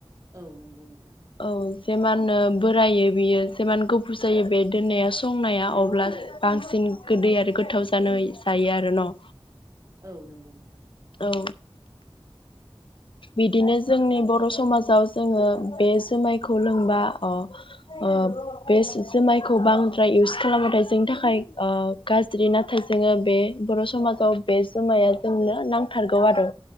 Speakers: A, on the right; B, on the left.
A: औ नंगौ नोंथां।
B: औ जेमाननो बोरायो बियो जेमान गोबाव जायो बे दोननाया संनाया अब्ला बांसिन गोदै आरो गोथाव जानाय जायो आरो न'?
A: औ नंगौ नोंथां।
B: औ बिदिनो जोंनि बर' समाजाव जोङो बे जोमायखौ लोंबा अ औ बे जुमायखौ बांद्राय इउस खालामाथाय जोंनि थाखाय ओ गाज्रि नाथाय जोङो बे बर' समाजाव बे जुमाया जोंनो नां थारगौ आरो